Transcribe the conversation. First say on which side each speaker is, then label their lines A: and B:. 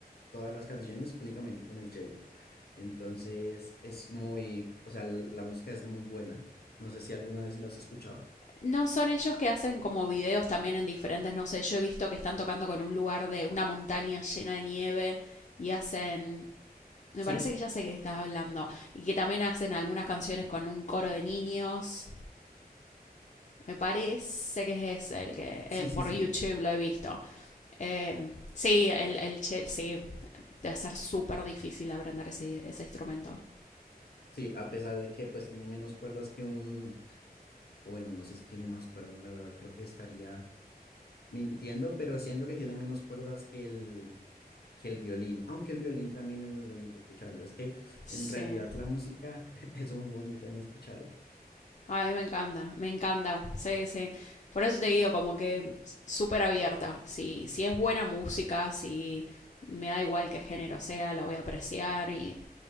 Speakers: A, on the left; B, on the left.
A: todas las canciones únicamente con el cello. Entonces es muy, o sea, la música es muy buena. No sé si alguna vez lo has escuchado.
B: No son ellos que hacen como videos también en diferentes, no sé, yo he visto que están tocando con un lugar de una montaña llena de nieve y hacen, me
A: Sí.
B: parece que ya sé que estás hablando, y que también hacen algunas canciones con un coro de niños. Me parece que es ese el que
A: Sí,
B: eh, por
A: sí, sí.
B: YouTube lo he visto. Eh, sí, el, el chel, sí, debe ser súper difícil aprender ese, ese instrumento.
A: Sí, a pesar de que pues tiene menos cuerdas que un... o Bueno, no sé si tiene más cuerdas, la verdad, creo que estaría mintiendo, pero siendo que tiene menos cuerdas que el, que el violín, aunque el violín también es muy bonito escucharlo. Es que
B: Sí.
A: en realidad la música <laughs> es muy bonita en escucharla.
B: Ay, me encanta, me encanta. Sí, sí. Por eso te digo, como que súper abierta. Si, si es buena música, si me da igual qué género sea, lo voy a apreciar y